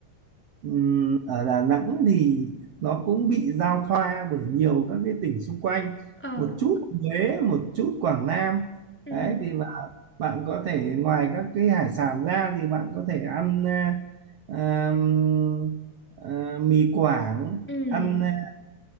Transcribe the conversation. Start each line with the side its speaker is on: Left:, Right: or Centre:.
Right: Ừm, ở Đà Nẵng thì nó cũng bị giao thoa bởi nhiều các cái tỉnh xung quanh
Centre: Ờ,
Right: một chút Huế một chút Quảng Nam
Centre: ừ,
Right: đấy thì bạn bạn có thể ngoài các cái hải sản ra thì bạn có thể ăn à, ừm, à, mì Quảng
Centre: ừ,
Right: ăn à,